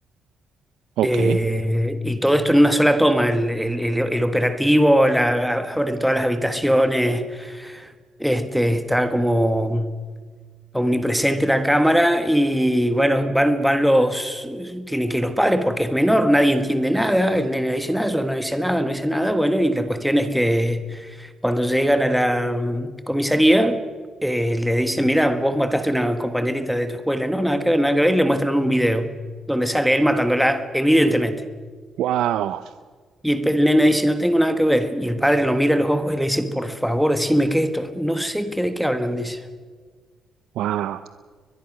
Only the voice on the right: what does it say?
Ok.
Wow.
Wow.